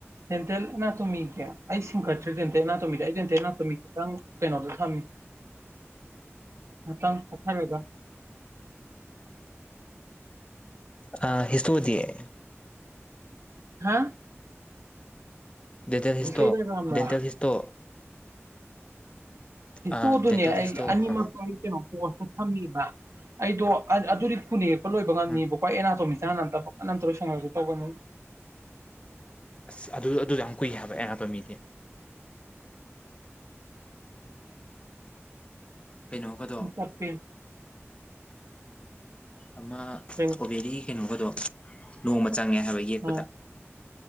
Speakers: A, on the right; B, on the left.
A: ꯑꯦꯅꯥ ꯇꯃꯤꯒꯦ ꯑꯩꯁꯤꯤꯡ ꯀꯠ꯭ꯔꯗꯦꯟꯦꯅꯥ ꯇꯗꯗꯦꯟꯦꯅꯥ ꯇꯝꯒꯦ ꯉꯇꯪ ꯀꯩꯅꯣꯗ ꯊꯝꯃꯤ ꯉꯥꯛꯇꯪ ꯆꯠꯊꯔꯒ
B: ꯑ ꯍꯆꯑꯣ ꯗꯌꯦ
A: ꯍꯥ
B: ꯗꯦꯟꯇꯦꯜ ꯍꯤꯁꯇꯣ
A: ꯍꯤꯁꯇꯣꯗꯥꯏꯒ꯭ꯔꯥꯝꯔꯥ
B: ꯗꯦꯟꯇꯦꯜ ꯍꯤꯁꯇꯣ
A: ꯍ
B: ꯑꯥ
A: ꯇꯣ ꯑꯗꯨꯅꯦ
B: ꯗꯦꯟꯇꯦꯜ
A: ꯑꯩ
B: ꯍꯤꯁꯇꯣ
A: ꯑꯅꯤꯃꯛꯇ
B: ꯑꯥ
A: ꯑꯩ ꯀꯩꯅꯣ ꯄꯣꯁꯇ ꯊꯝꯃꯤꯕ ꯑꯩꯗꯣ ꯑꯗꯨꯗꯤ ꯐꯨꯅꯦꯛꯔꯛꯄ ꯂꯣꯏꯕ ꯉꯝꯅꯦꯕꯀꯣ
B: ꯎꯝ
A: ꯑꯦꯅꯥꯇꯣꯃꯤꯛꯁ ꯌꯥꯅ ꯅ ꯇꯔ ꯎꯁꯪ ꯑꯣꯏꯗꯨ ꯇꯅꯤ
B: ꯑꯁ ꯑꯗꯨ ꯑꯗꯨꯗ ꯌꯥꯝ ꯀꯨꯏ ꯍꯥꯏꯕ ꯑꯍꯞꯄ ꯃꯤꯗꯤ ꯀꯩꯅꯣꯝꯒꯗꯣ
A: ꯇꯞꯄꯦ
B: ꯑꯃ ꯏꯁꯇ꯭ꯔꯣꯕꯦꯔꯤ
A: ꯀꯩ
B: ꯀꯩꯅꯣꯒꯗꯣ ꯅꯣꯡꯃ
A: ꯑ
B: ꯄꯗ